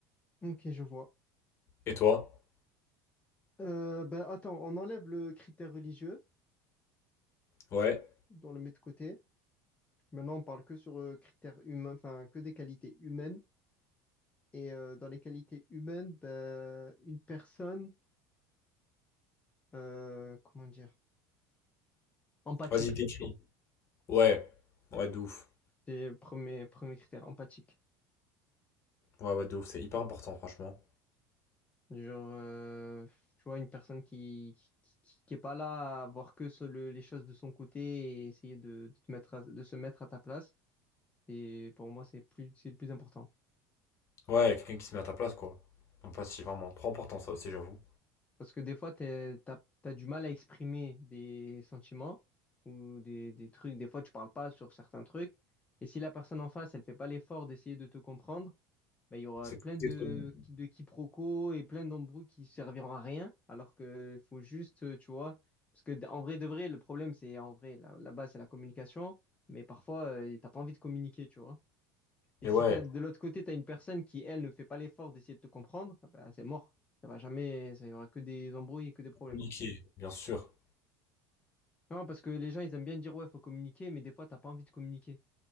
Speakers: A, on the left (about 15°); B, on the left (about 35°).
A: ok, je vois.
B: Et toi?
A: Euh, ben attends, on enlève le critère religieux,
B: Ouais.
A: on le met de côté. Maintenant, on parle que sur euh, critères humains, enfin que des qualités humaines. Et euh, dans les qualités humaines, ben, une personne, euh, comment dire? Empathique,
B: Vas-y, décris. Ouais. Ouais, de ouf.
A: c'est le premier, premier critère, empathique.
B: Ouais, ouais, de ouf, c'est hyper important, franchement.
A: Genre, euh, tu vois, une personne qui, qui, qui- qui est pas là à voir que sur le- les choses de son côté et essayer de, de te mettre à- de se mettre à ta place. Et pour moi, c'est plus, c'est le plus important.
B: Ouais, y a quelqu'un qui se met à ta place, quoi. L'empathie, vraiment, trop important, ça aussi, j'avoue.
A: Parce que des fois, t'es, t'as, t'as du mal à exprimer des sentiments ou des, des trucs. Des fois, tu parles pas sur certains trucs. Et si la personne en face, elle fait pas l'effort d'essayer de te comprendre, ben, il y aura
B: C'est
A: plein
B: compliqué
A: de,
B: de communiquer.
A: de quiproquos et plein d'embrouilles qui serviront à rien, alors que faut juste, euh, tu vois, parce que en vrai de vrai, le problème, c'est en vrai, là là bas c'est la communication, mais parfois, euh, t'as pas envie de communiquer, tu vois. Et
B: Et
A: si
B: ouais,
A: t'as, de l'autre côté, t'as une personne qui, elle, ne fait pas l'effort d'essayer de te comprendre, ah ben, c'est mort. Ça va jamais, ça y aura que des embrouilles et que des problèmes.
B: communiquer, bien sûr.
A: Non, parce que les gens, ils aiment bien dire, ouais, faut communiquer, mais des fois, t'as pas envie de communiquer.